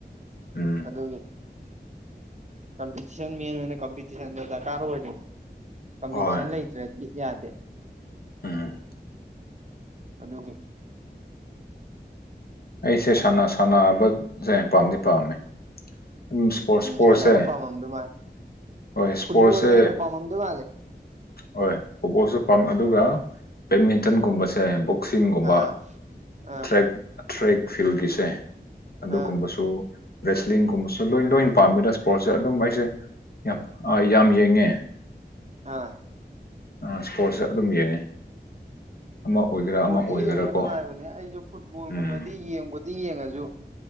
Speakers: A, on the left; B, on the right.
A: ꯎꯝ
B: ꯑꯗꯨꯒꯤ ꯀꯝꯄꯤꯇꯤꯟ ꯃꯦꯟ ꯑꯣꯏꯅ ꯀꯝꯄꯤꯇꯤꯁꯟꯗꯣ ꯗꯔꯀꯥꯔ ꯑꯣꯏꯔꯤꯅꯤ ꯀꯝꯄꯤꯇꯤꯁꯟ
A: ꯍꯣꯏ
B: ꯂꯩꯇ꯭ꯔꯗꯤ ꯌꯥꯗꯦ
A: ꯎꯝ
B: ꯑꯗꯨꯒꯤ
A: ꯑꯩꯁꯦ ꯁꯥꯟꯅ ꯁꯥꯟꯕꯁꯦ ꯄꯥꯝꯗꯤ ꯄꯥꯝꯃꯦ ꯎꯝ ꯏꯁꯄꯣꯔꯠ ꯏꯁꯄꯣꯔꯠꯁꯦ
B: ꯁꯥꯟꯅꯕ ꯄꯥꯝꯃꯝꯗꯣꯏ ꯃꯥꯜꯂꯦ
A: ꯍꯣꯏ ꯏꯁꯄꯣꯔꯠꯁꯦ
B: ꯐꯨꯠꯕꯣꯜꯅ ꯍꯦꯟꯅ ꯄꯥꯝꯃꯝꯗꯣꯏ ꯃꯥꯜꯂꯦ
A: ꯍꯣꯏ ꯐꯨꯠꯕꯣꯜꯁꯨ ꯄꯥꯝ ꯑꯗꯨꯒ ꯕꯦꯠꯃꯤꯟꯇꯟꯒꯨꯝꯕꯁꯦ ꯕꯣꯛꯁꯤꯡꯒꯨꯝꯕ
B: ꯑꯥ ꯑꯥ
A: ꯇ꯭ꯔꯦꯛ ꯇ꯭ꯔꯦꯛ ꯐꯤꯜꯒꯤꯁꯦ ꯑꯗꯨꯒꯨꯝꯕꯁꯨ
B: ꯑꯥ
A: ꯔꯦꯁꯂꯤꯡꯒꯨꯝꯕꯁꯨ ꯂꯣꯏ ꯂꯣꯏꯅ ꯄꯥꯝꯃꯤꯗ ꯏꯁꯄꯣꯔꯠꯁꯦ ꯑꯗꯨꯝ ꯑꯩꯁꯦ ꯌꯥꯝ ꯑ ꯌꯥꯝ ꯌꯦꯡꯉꯦ
B: ꯑꯥ
A: ꯏꯁꯄꯣꯔꯠꯁꯦ ꯑꯗꯨꯝ ꯌꯦꯡꯉꯦ ꯑꯃ ꯑꯣꯏꯒꯦꯔꯥ
B: ꯏꯁꯄꯣꯔꯠꯇꯤ
A: ꯑꯃ ꯑꯣꯏꯒꯦꯔꯥ
B: ꯌꯦꯡꯕ
A: ꯀꯣ
B: ꯅꯨꯡꯉꯥꯏꯕꯅꯦ ꯑꯩꯁꯨ ꯐꯨꯠꯕꯣꯜꯒꯨꯝꯕꯗꯤ
A: ꯎꯝ
B: ꯌꯦꯡꯕꯗꯤ ꯌꯦꯡꯉꯁꯨ